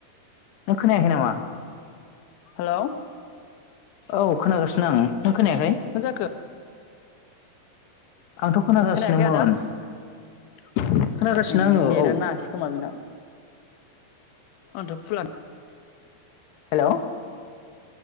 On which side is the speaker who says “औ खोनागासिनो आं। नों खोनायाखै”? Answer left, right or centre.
Left